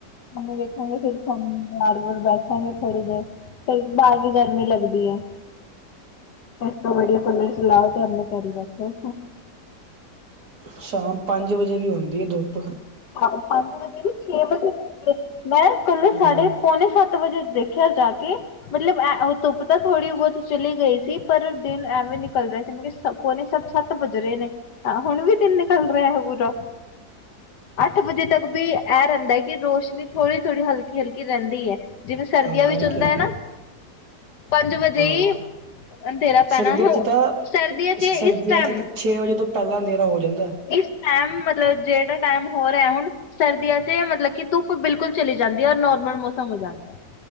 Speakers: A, on the left; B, on the right.
A: ਸਾਨੂੰ ਵੇਖੌਗੇ ਫਿਰ ਸਾਨੂੰ ਆੜ ਵ ਬੈਠਾਂਗੇ ਥੋੜ੍ਹੀ ਦੇਰ ਤੇ ਬਾਰ ਵੀ ਗਰਮੀ ਲੱਗਦੀ ਐ। ਏਸ ਤੋ ਵਦੀਆ ਕੁਲਰ ਚਲਾਓ ਤੇ ਗਾੜੀ ਬੈਠੋ।
B: ਸ਼ਾਮ ਪੰਜ ਵਜੇ ਵੀ ਹੁੰਦੀ ਐ ਦੁੱਪ
A: ਆਹੋ ਪੰਜ ਵਜੇ ਵੀ ਛੇ ਵਜੇ ਹੋਦੀ ਮੈਂ ਕੱਲੇ
B: ਹਾਂ
A: ਸਾਡੇ
B: ਹੂੰ
A: ਪੌਣੇ ਸੱ ਤ ਵਜੇ ਦੇਖਿਆ ਜਾ ਕੇ ਮਤਲਬ ਧੁੱਪ ਤਾਂ ਥੋੜੀ ਚਲੀ ਗਈ ਸੀ ਪਰ ਦਿਨ ਐਵੇਂ ਨਿਕਲ ਰਿਹਾ ਸੀ ਮੈ ਕਿ ਸ ਪੋਨੇ ਸ ਸੱਤ ਬੱਜ ਰਏ ਨੇ ਆ ਹੁਣ ਵੀ ਦਿਨ ਨਿਕਲ ਰਿਹਾ ਹੈ ਪੂਰਾ। ਅੱਠ ਵਜੇ ਤੱਕ ਵੀ ਐ ਰੈਂਦਾ ਹੈ ਕੀ ਰੋਸ਼ਨੀ ਥੋੜੀ- ਥੋੜੀ ਹਲਕੀ -ਹਲਕੀ ਰੈਂਦੀ ਐ। ਜਿਵੇਂ ਸਰਦੀਆਂ
B: ਹਾਂ
A: ਵਿੱਚ
B: ਹਲਕੀ
A: ਹੁੰਦਾ
B: ਹਲਕੀ
A: ਐ ਨਾ ਪੰਜ ਵਜੇ
B: ਹਾਂ।
A: ਈ, ਅੰਧੇਰਾ ਪੈਣਾ
B: ਸਰਦੀਆਂ
A: ਹ
B: ਚ ਤਾਂ
A: ਸਰਦੀਆਂ ਚ
B: ਸਰਦੀਆਂ
A: ਇਸ ਟੈਮ
B: ਚ ਤਾਂ ਛੇ ਵਜੇ ਤੋਂ ਪੈਂਲਾ ਅੰਧੇਰਾ ਹੋ ਜਾਂਦਾ।
A: ਇਸ ਟਾਈਮ ਮਤਲਬ ਜਿਹੜਾ ਟਾਈਮ ਹੋ ਰਿਹਾ ਹੁਣ ਸਰਦੀਆ ਚ ਮਤਲ ਕੀ ਧੁੱਪ ਬਿਲਕੁਲ ਚਲੀ ਜਾਂਦੀ ਐ ਔਰ ਨੋਰਮਲ ਮੌਸਮ ਹੋ ਜਾਂਦਾ।